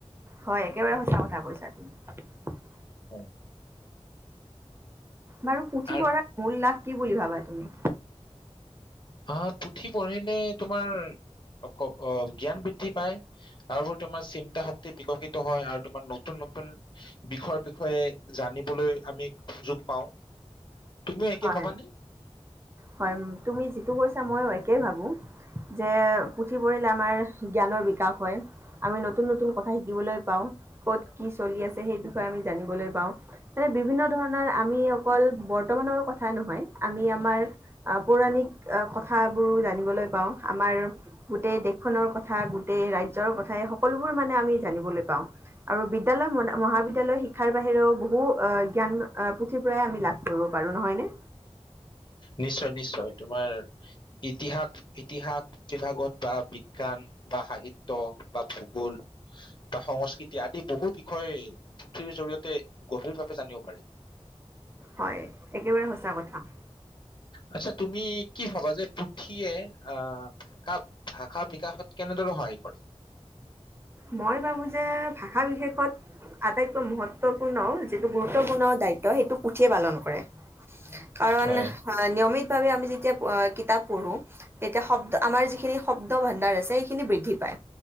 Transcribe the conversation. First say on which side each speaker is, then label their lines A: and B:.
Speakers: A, on the right; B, on the left.
A: হয়, একেবাৰে সঁচা কথা কৈছা তুমি।
B: উম।
A: বাৰু পুথি
B: আৰু
A: পঢ়াত মূল লাভ কি বুলি ভাবা তুমি?
B: আ, পুথি পঢ়িলে তোমাৰ অক, অ', জ্ঞান বৃদ্ধি পায়। তাৰোপৰি তোমাৰ চিন্তাশক্তি বিকশিত হয় আৰু তোমাৰ নতুন নতুন বিষয় বিষয়ে জানিবলৈ আমি সুযোগ পাওঁ। তুমিও একে
A: হয়
B: ভাবানে?
A: হয় ম তুমি যিটো কৈছা ময়ো একে ভাবোঁ। যে পুথি পঢ়িলে আমাৰ জ্ঞানৰ বিকাশ হয়। আমি নতুন নতুন কথা শিকিবলৈ পাওঁ, ক'ত কি চলি আছে সেই বিষয়ে আমি জানিবলৈ পাওঁ। মানে, বিভিন্ন ধৰণৰ আমি অকল বৰ্তমানৰ কথা নহয়, আমি আমাৰ আহ, পৌৰাণিক আহ, কথাবোৰ জানিবলৈ পাওঁ আমাৰ গোটেই দেশখনৰ কথা, গোটেই ৰাজ্যৰ কথা, সকলোবোৰ মানে আমি জানিবলৈ পাওঁ। আৰু বিদ্যালয়- ম মহাবিদ্যালয় শিক্ষাৰ বাহিৰেও, বহু অ' জ্ঞান পুথিৰ পৰাই আমি লাভ কৰিব পাৰোঁ। নহয়নে?
B: নিশ্চয়, নিশ্চয়, তোমাৰ ইতিহাস, ইতিহাস কি ভাগত বা বিজ্ঞান বা সাহিত্য বা ভূগোল বা সংস্কৃতি আদি বহু বিষয়ে পুথিৰ জৰিয়তেই গভীৰভাৱে জানিব পাৰি।
A: হয়, একেবাৰে সঁচা কথা।
B: আচ্ছা, তুমি কি ভাবা যে পুথিয়ে আহ, কাক ভাষা বিকাশত কেনেদৰে সহায় কৰে?
A: মই ভাবোঁ যে ভাষা বিশেষত আটাইতকৈ মহত্বপূৰ্ণ, যিটো গুৰুত্বপূৰ্ণ দায়িত্ব সেইটো পুথিয়েই পালন কৰে। কাৰণ
B: হয়
A: আ নিয়মিতভাৱে আমি যেতিয়া প কিতাপ পঢ়োঁ তেতিয়া শব্দ, আমাৰ যিখিনি শব্দ ভাণ্ডাৰ আছে, সেইখিনি বৃদ্ধি পায়।